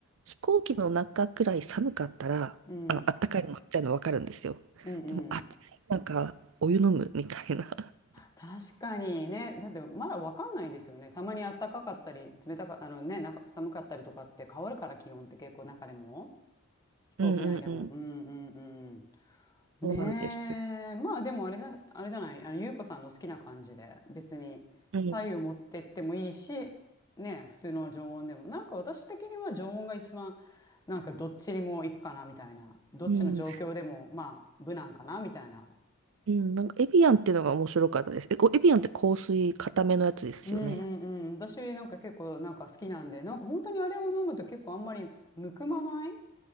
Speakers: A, on the right (about 65°); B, on the left (about 20°).
A: 飛行機の中くらい寒かったら、
B: うん、
A: あの、あったかいのみたいなの分かるんですよ。
B: うん。
A: でも、暑い、なんか、お湯飲むみたいな。<laughs>
B: 確かにね、だってまだわかんないですよね。たまに暖かかったり、冷たか、あのね、なんか寒かったりとかって変わるから、気温って結構中でも。飛行機内でも。
A: うんうんうん。
B: うんうん
A: そうなんです。
B: うん。ねえ。まあでもあれじゃ、あれじゃない。あの、ゆうこさんの好きな感じで、別に左右持ってってもいいし、
A: うん。
B: ねえ、普通の常温でも。なんか私的には常温が一番、なんかどっちにも行くかなみたいな。どっちの状況でも、
A: うん。
B: まあ、無難かなみたいな。
A: うん。なんか、エビアンっていうのが面白かったです。え、こうエビアンって香水、固めのやつですよね。
B: うんうんうん。私なんか結構なんか好きなんで、なんか本当にあれを飲むと結構あんまりむくまない、